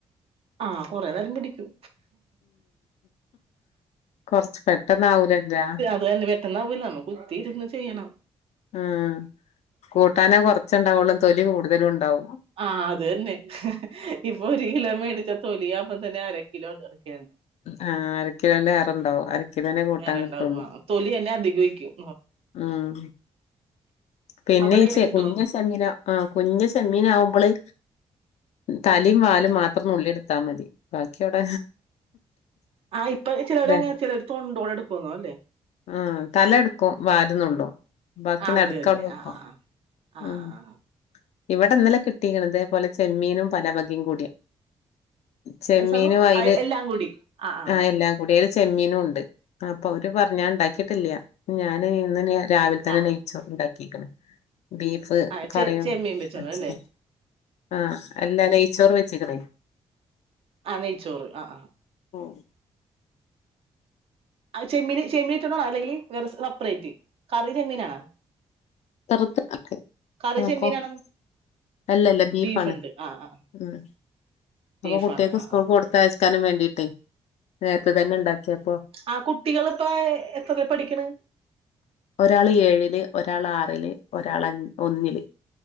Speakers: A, on the right; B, on the left.
A: ആഹ് കൊറേ നേരം പിടിയ്ക്കും.
B: കൊർച്ച് പെട്ടന്നാവൂലല്ലാ.
A: അതാണ് പെട്ടെന്നാവൂല്ല നമ്മ കുത്തിയിരുന്ന് ചെയ്യണം.
B: ആഹ് കൂട്ടാനോ കൊർച്ചുണ്ടാവൊള്ളൂ തൊലി കൂടുതലൂ ണ്ടാവും.
A: ആഹ് അത് തന്നെ ഇപ്പൊ ഒരു കിലോ മേടിച്ചാ തൊലിയാവുമ്പം തന്നെ അര കിലോ ണ്ട്.
B: ആഹ് അരക്കിലോൻ്റേറെണ്ടാവും അരക്കിലോനേ കൂട്ടാൻ
A: വേറെ
B: കിട്ടൊള്ളൂ.
A: ഉണ്ടാവും ആ തൊലി എന്നെ അധി <unintelligible> വെയ്ക്കും
B: ആഹ്. പിന്നേ
A: അവിടെ
B: ഇ
A: ഇങ്ങനെ
B: ച്ചെ
A: കിട്ടുവോന്ന്
B: കുഞ്ഞു സെമ്മീനാ ആഹ് കുഞ്ഞ് സെമ്മീനാവുമ്പള് തലിം വാലും മാത്രം നുള്ളിട്ത്താ മതി. ബാക്കിയവുടെ
A: ആഹ് ഇപ്പം ചിലോരങ്ങനെ
B: അതെ
A: ചിലർ തൊണ്ടോടെ എടുക്കും തോന്ന്ണല്ലേ.
B: ആഹ് തലട്ക്കും വാല് നുള്ളും. ബാക്കി
A: അത്
B: നട്ക്കവ്ടെ
A: തന്നെ
B: വെക്കും
A: ആ ആ ആ
B: ഉം.
A: ആ ആ
B: ഇവടെന്നലെ കിട്ടീക്ക്ണ് ഇതേപോലെ ചെമ്മീനും പല വകിം കൂടി. ചെമ്മീനും
A: അവസാനം
B: അയ്ല്
A: എല്ലാം കൂടി ആ ആ
B: ആഹ് എല്ലാം കൂടി അയ്ല് ചെമ്മീനൂണ്ട്. അപ്പൊ അവര് പർ ഞാൻ ഇണ്ടാക്കീട്ടില്ല്യ ഞാന് ഇന്ന് നി രാവിൽ തന്നെ
A: ആ
B: നെയ്ച്ചോറ് ഇണ്ടാക്കിക്ക്ണ്. ബീഫ്
A: ആ ചെ
B: കറിയും
A: ചെമ്മീൻ വെച്ചോണം
B: വെച്ച്ണ്
A: അല്ലേ
B: ആഹ് അല്ലാ നെയ്ച്ചോറ് വെച്ച്ക്ക്ണേ.
A: ആഹ് നെയ്ച്ചോറ് അ ആഹ്.
B: ആഹ്
A: അഹ് ചെമ്മീൻ ചെമ്മീനിട്ട്ട്ടാണോ അല്ലെങ്കിൽ വേറെ സപ്റേറ്റ്, കറി ചെമ്മീനാണോ?
B: <unintelligible>
A: കറി ചെമ്മീനാണോ
B: അല്ലല്ല. ബീഫാണ്
A: ബീഫ് ഉണ്ട് ആ ആ
B: ഉം
A: ബീഫാണ്
B: അപ്പൊ കുട്ട്യേക്ക്
A: ആ
B: സ്കൂൾക്കൊട്
A: ആ
B: തയസ്ക്കാനും വേണ്ടീട്ടെ നേരത്തെ തന്നെ ഇണ്ടാക്ക്യേപ്പൊ
A: ആഹ് കുട്ടികളിപ്പേ എത്രേ ൽ പഠിക്ക്ണ്?
B: ഒരാള് ഏഴില് ഒരാൾ ആറില് ഒരാള് അൻ ഒന്നില്.